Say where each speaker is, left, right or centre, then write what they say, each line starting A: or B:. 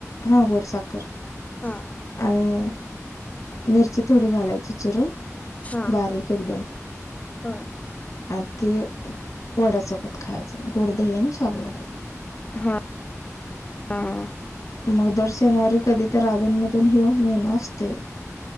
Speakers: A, on the left; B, on the left.
A: हा गोडसाखर
B: हा.
A: आणि मिरची थोडी घालायची चिरून
B: हा
A: बारीक एकदम,
B: हा.
A: आणि ते ड्यासोबत खायचं गोडदही आणि शाबू वडे
B: हां हां
A: मग दर शनिवारी कधी तर अधूनमधून हि मेनो असते,